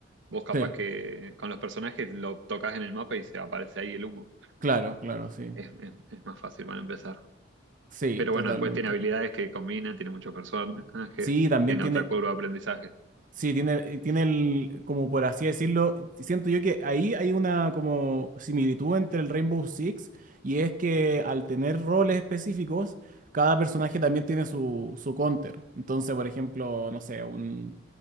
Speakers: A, on the right; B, on the right.
A: Vos capaz
B: Sí,
A: que con los personajes lo tocas en el mapa y se aparece ahí el humo.
B: claro, claro, sí.
A: Es, es- es más fácil para empezar.
B: Sí,
A: Pero
B: totalmente.
A: bueno, después tiene habilidades que combinan, tiene muchos personajes,
B: Sí, también
A: tiene
B: tiene,
A: otra curva de aprendizaje.
B: Sí, tiene, eh, tiene el, como por así decirlo, siento yo que ahí hay una como similitud entre el Rainbow Six y es que al tener roles específicos, cada personaje también tiene su, su counter. Entonces, por ejemplo, no sé, un,